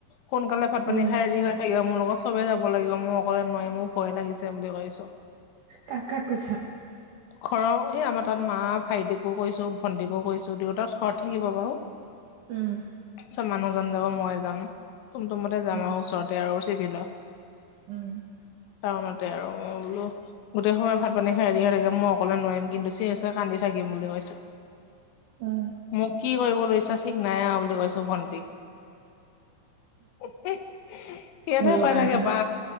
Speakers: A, on the left; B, on the right.
A: সোনকালে ভাত পানী
B: উম
A: খাই হেৰি হৈ থাকিব। মোৰ লগত চবেই যাব লাগিব মোৰ অকলে নোৱাৰিম। মোক ভয় লাগিছে বুলি কৈছো।
B: কাক কাক কৈছা
A: ঘৰৰ এই আমাৰ তাত মা ভাইটিকো কৰিছো, ভন্টিকো কৰিছো, দেউতাত ঘৰত থাকিব বাৰু
B: উম।
A: আ মানুহজন যাব মই যাম। তুম তুমতে যাম
B: উম
A: আৰু ওচৰতে আৰু চিবিল
B: উম
A: টাউনতে আৰু মই বোলো গোটেই সময় ভাত প এনে হেৰি হৈ থাকে মই অকলে নোৱাৰিম কিন্তু চিঞৰি চিঞৰি কান্দি থাকিম বুলি কৈছো।
B: উম
A: মোক কি কৰিব লৈছা ঠিক নাই বুলি কৈছো ভণ্টিক সিহঁতেহে
B: ভুল বকা
A: কয় থাকে
B: নিচিনা
A: বা